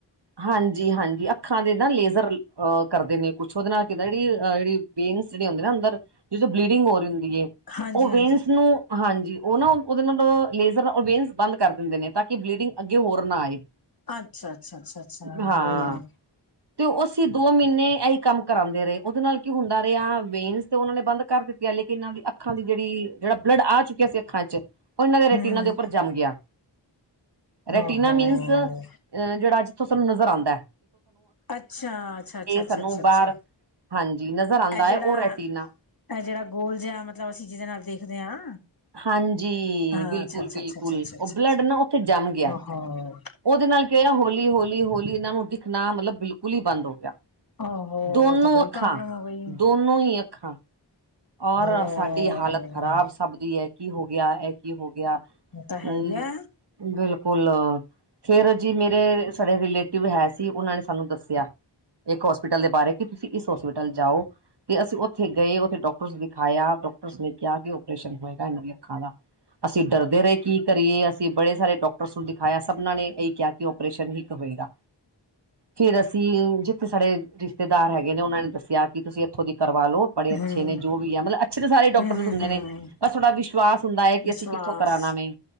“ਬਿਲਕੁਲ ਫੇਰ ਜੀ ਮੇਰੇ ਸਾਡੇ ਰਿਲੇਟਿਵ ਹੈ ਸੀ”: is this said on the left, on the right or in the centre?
Right